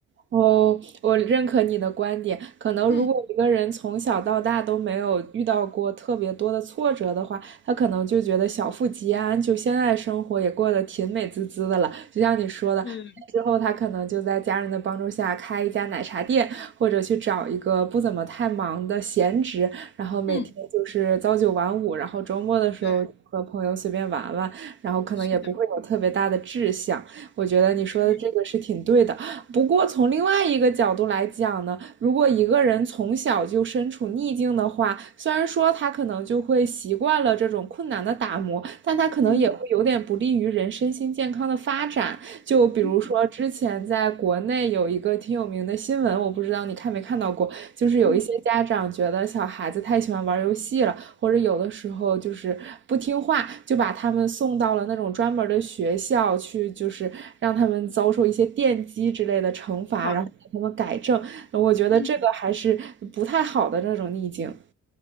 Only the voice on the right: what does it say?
哦，我认可你的观点。可能如果一个人从小到大都没有遇到过特别多的挫折的话，
他可能就觉得小富即安，就现在生活也过得挺美滋滋的了。就像你说的，
之后他可能就在家人的帮助下开一家奶茶店，或者去找一个不怎么太忙的闲职，然后每天就是朝九晚五，
然后周末的时候和朋友随便玩玩，
然后可能也不会有特别大的志向。
我觉得你说的这个是挺对的。
不过从另外一个角度来讲呢，如果一个人从小就身处逆境的话，虽然说他可能就会习惯了这种困难的打磨，但他可能也会有点不利于人身心健康的发展。
就比如说之前在国内有一个挺有名的新闻，
我不知道你看没看到过，就是有一些家长觉得小孩子太喜欢玩游戏了，
或者有的时候就是不听话，就把他们送到了那种专门的学校去，就是让他们遭受一些电击之类的惩罚，
然后让他们改正。我觉得这个还是不太好的那种逆境。